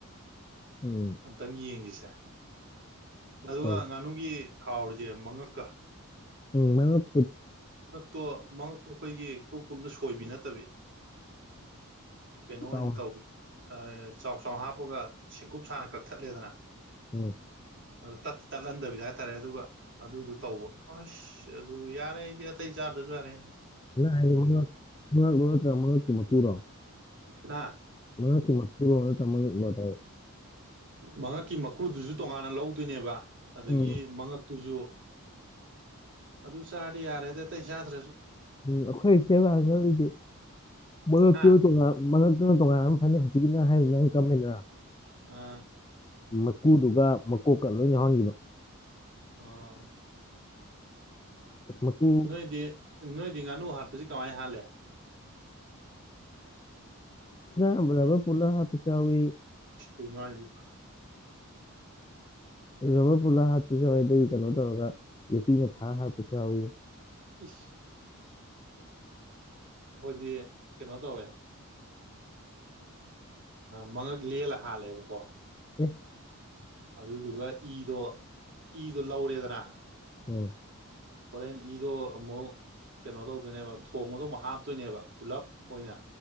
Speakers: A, on the left; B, on the right.
A: ꯎꯝ
B: ꯑꯝꯇꯪ ꯌꯦꯡꯁꯤꯁꯦ ꯑꯗꯨꯒ
A: ꯇꯧ
B: ꯉꯥꯅꯨꯒꯤ ꯍꯥꯎꯔꯤꯁꯦ ꯃꯉꯛꯀ
A: ꯎꯝ ꯃꯉꯛ
B: ꯇꯣ ꯃꯉꯛꯇꯣ ꯑꯩꯈꯣꯏꯒꯤ ꯀꯨꯞ ꯀꯨꯞꯅ ꯁꯣꯏꯕꯤ ꯅꯠꯇꯕꯤ ꯀꯩꯅꯣ ꯑꯣꯏꯅ
A: ꯆꯥꯎꯅ
B: ꯇꯧꯕꯤ ꯆꯥꯎ ꯆꯥꯎ ꯍꯥꯞꯄꯒ ꯁꯦꯡꯀꯨꯞ ꯁꯥꯅ ꯀꯛꯊꯠꯂꯦꯗꯅ
A: ꯍꯣꯢ
B: ꯑꯗꯨ ꯇꯠꯇꯤ ꯇꯠꯍꯟꯗꯕꯤꯗ ꯍꯥꯏꯇꯥꯔꯦ ꯑꯗꯨꯒ ꯑꯗꯨꯗꯨ ꯇꯧꯕ ꯑꯥꯏꯁ ꯑꯗꯨ ꯌꯥꯔꯦ ꯑꯩꯗꯤ ꯑꯇꯩ ꯆꯥꯗ꯭ꯔꯁꯨ ꯌꯥꯔꯦꯍꯦ
A: ꯅꯪ ꯍꯥꯏꯁꯦ ꯃꯉꯛ ꯃꯉꯛꯂꯣ ꯅꯇ꯭ꯔꯒ ꯃꯉꯛꯀꯤ ꯃꯀꯨꯔꯣ
B: ꯍꯥ
A: ꯃꯉꯛꯀꯤ ꯃꯀꯨꯔꯣ ꯅꯇ꯭ꯔꯒ ꯃꯉꯛꯂꯣ ꯇꯥꯢ
B: ꯃꯉꯛꯀꯤ ꯃꯀꯨꯗꯨꯁꯨ ꯇꯣꯉꯥꯟꯅ ꯂꯧꯗꯣꯏꯅꯦꯕ ꯑꯗꯒꯤ
A: ꯎꯝ
B: ꯃꯉꯛꯇꯨꯁꯨ ꯑꯗꯨ ꯆꯥꯔꯗꯤ ꯌꯥꯔꯦꯗ ꯑꯇꯩ ꯆꯥꯗ꯭ꯔꯁꯨ
A: ꯎꯝ ꯑꯩꯈꯣꯏ ꯁꯦꯝꯕꯀꯥꯜꯗꯤ ꯃꯉꯛꯇꯨꯅ
B: ꯍꯥ
A: ꯇꯣꯉꯥꯟ ꯃꯉꯛ ꯑꯗꯨ ꯇꯣꯉꯥꯟꯅ ꯐꯖꯅ ꯍꯧꯖꯤꯛꯀꯤ ꯅꯪ ꯍꯥꯏ ꯑꯗꯨꯃꯥꯏꯅ ꯑꯩ ꯀꯛꯑꯝꯃꯦꯗꯅ
B: ꯑꯥ
A: ꯃꯀꯨꯗꯨꯒ ꯃꯀꯣꯛꯀ ꯂꯣꯏ ꯌꯥꯎꯍꯟꯕ
B: ꯑꯣ
A: ꯃꯀꯨ
B: ꯅꯣꯏꯗꯤ ꯅꯣꯏꯗꯤ ꯉꯥꯅꯨ ꯍꯥꯠꯄꯁꯤ ꯀꯃꯥꯏ ꯍꯥꯠꯂꯤ
A: ꯂꯕꯔ ꯄꯨꯜꯂ ꯍꯥꯠꯄꯁꯨ ꯌꯥꯎꯏ
B: ꯀꯩꯅꯣ ꯍꯥꯏꯁꯤꯕꯣ
A: ꯔꯕꯔ ꯄꯨꯜꯂꯥ ꯍꯥꯠꯄꯁꯨ ꯌꯥꯎꯋꯤ ꯑꯗꯩ ꯀꯩꯅꯣ ꯇꯧꯔꯒ ꯌꯣꯠꯄꯤꯅ ꯊꯥꯔ ꯍꯥꯠꯄꯁꯨ ꯌꯥꯎꯋꯤ
B: ꯏꯤꯁ ꯑꯩꯈꯣꯏꯗꯤ ꯀꯩꯅꯣ ꯇꯧꯋꯦ ꯃꯉꯛ ꯂꯦꯜꯂ ꯍꯥꯠꯂꯦꯕꯀꯣ
A: <inaudible>
B: ꯑꯗꯨꯗꯨꯒ ꯏꯗꯣ ꯏꯗꯣ ꯂꯧꯔꯦꯗꯅ
A: ꯎꯝ
B: ꯍꯣꯔꯦꯟ ꯏꯗꯣ ꯑꯃꯨꯛ ꯀꯩꯅꯣ ꯇꯧꯗꯣꯏꯅꯦꯕ ꯊꯣꯡꯕꯗꯣ ꯑꯃꯨꯛ ꯍꯥꯞꯇꯣꯏꯅꯦꯕ ꯄꯨꯂꯞ ꯑꯣꯏꯅ